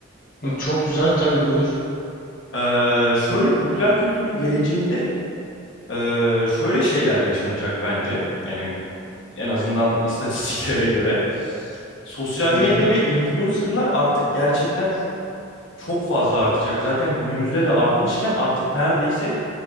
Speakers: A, on the left; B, on the left.
A: Bu Çok güzel tabii buyur.
B: E, şöyle popüler kültürün geleceğinde e, şöyle şeyler yaşanacak bence. Yani en azından <laughs> istatistiklere göre. Sosyal
A: Buyur.
B: medya ve influencerlar artık gerçekten çok çok fazla artacak. Zaten günümüzde de artmışken artık neredeyse